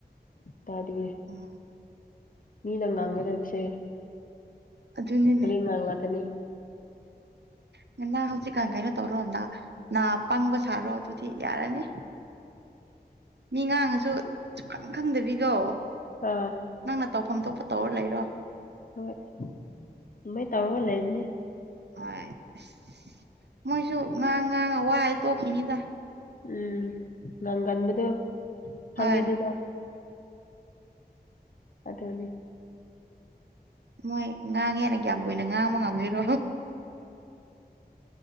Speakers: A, on the left (about 55°); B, on the right (about 80°).
A: ꯇꯥꯗꯤꯌꯦ
B: ꯎꯝ
A: ꯃꯤꯅꯥ ꯉꯥꯡꯅꯒꯗꯕꯁꯦ
B: ꯑꯗꯨꯅꯤꯅꯦ
A: ꯉꯥꯡꯂꯛꯀꯅꯤ
B: ꯉꯟꯅꯥ ꯍꯧꯖꯤꯛꯀꯥꯟ ꯀꯩꯅꯣ ꯇꯧꯔꯣ ꯅꯥ ꯅꯥꯄꯪꯕ ꯁꯥꯔꯣ ꯑꯗꯨꯗꯤ ꯌꯥꯔꯅꯤ ꯃꯤ ꯉꯥꯡꯉꯁꯨ ꯁꯨꯈꯪ ꯈꯪꯗꯕꯤꯗꯣ
A: ꯑꯥ
B: ꯅꯪꯅ ꯇꯧꯐꯝ ꯊꯣꯛꯄ ꯇꯧꯔ ꯂꯩꯔꯣ
A: ꯍꯣꯏ ꯑꯗꯨꯃꯥꯏ ꯇꯧꯔꯒ ꯂꯩꯕꯅꯤ
B: ꯍꯣꯏ ꯑꯁ ꯃꯣꯏꯁꯨ ꯉꯥꯡ ꯉꯥꯡ ꯋꯥ ꯇꯣꯛꯈꯤꯅꯤꯗ
A: ꯎꯝ ꯅꯪꯒꯟꯕꯗꯨ ꯈꯡꯉꯤꯗꯅ
B: ꯍꯣꯏ
A: ꯑꯗꯨꯅꯤ
B: ꯃꯣꯏ ꯉꯥꯡꯉꯦꯅ ꯀ꯭ꯌꯥꯝ ꯀꯨꯏꯅ ꯉꯥꯡꯕ ꯉꯝꯒꯦꯔꯣ